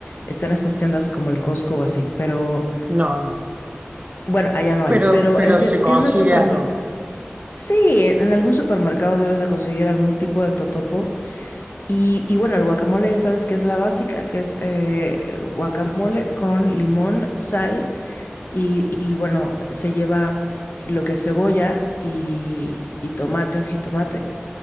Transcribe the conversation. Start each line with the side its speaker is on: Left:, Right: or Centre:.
Left: están estas tiendas como el Costco o así, pero
Right: no, no,
Left: bueno, allá no
Right: pero,
Left: hay, pero
Right: pero
Left: en tie-
Right: se consigue
Left: tiendas supermercados.
Right: algo.
Left: Sí, en algún supermercado debes de conseguir algún tipo de totopo y, y bueno, el guacamole ya sabes que es la básica, que es eh, guacamole con limón, sal y, y bueno, se lleva lo que es cebolla y, y tomate o jitomate